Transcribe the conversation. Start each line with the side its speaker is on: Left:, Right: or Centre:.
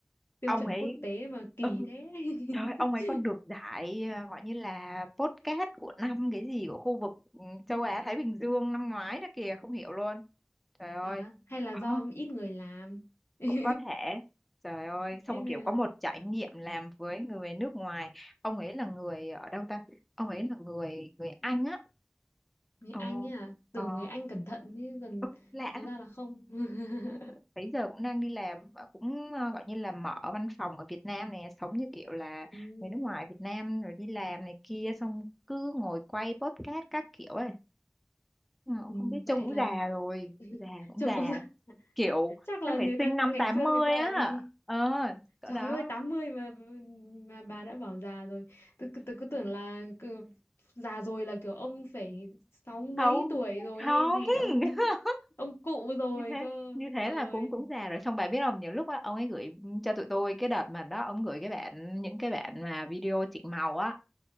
Left: tiêu
Centre: ông
Left: chuẩn
Centre: ấy
Left: quốc tế mà kỳ
Centre: ừ,
Left: thế <laughs>
Centre: trời ơi, ông ấy còn được giải à, gọi như là podcast của năm cái gì của khu vực ừ, châu Á Thái Bình Dương năm ngoái nữa kìa không hiểu luôn trời ơi
Left: Bảo đó hay là
Centre: Ờ,
Left: do ít người làm <laughs>
Centre: cũng có thể trời ơi
Left: ít
Centre: xong rồi
Left: người
Centre: kiểu có
Left: làm
Centre: một trải nghiệm làm với người nước ngoài ông ấy là người ở đâu ta ông ấy là người người Anh á
Left: người
Centre: ồ
Left: Anh ấy à tưởng
Centre: ờ,
Left: người Anh cẩn thận chứ còn
Centre: ừ, lạ
Left: hóa ra là không <laughs>
Centre: bây giờ cũng đang đi làm và cũng ờ, gọi như là mở văn phòng ở Việt Nam này sống như kiểu là
Left: ừ,
Centre: người nước ngoài Việt Nam rồi đi làm này kia xong cứ ngồi quay podcast các kiểu ấy Ờ,
Left: ừ,
Centre: không biết trông
Left: vậy
Centre: cũng
Left: là
Centre: già rồi
Left: <laughs>
Centre: già cũng
Left: chồng
Centre: già
Left: cũng <laughs>
Centre: kiểu
Left: chắc là
Centre: chắc phải
Left: người ta
Centre: sinh năm
Left: ngày
Centre: tám
Left: xưa
Centre: mươi
Left: người ta
Centre: á
Left: ấy
Centre: ờ cỡ
Left: Trời
Centre: đó
Left: ơi 80 mà mà bà đã bảo già rồi. Tôi cứ tôi cứ tưởng là cứ, già rồi là kiểu ông phải sáu mấy
Centre: không
Left: tuổi rồi
Centre: không
Left: hay gì ông
Centre: <laughs>
Left: ông cụ rồi
Centre: như thế
Left: cơ.
Centre: như thế
Left: Ơi.
Centre: là cũng cũng già rồi xong bà biết không nhiều lúc á ông ấy gửi cho tụi tôi cái đợt mà đó ông gửi cái bản những cái bản mà video chỉnh màu á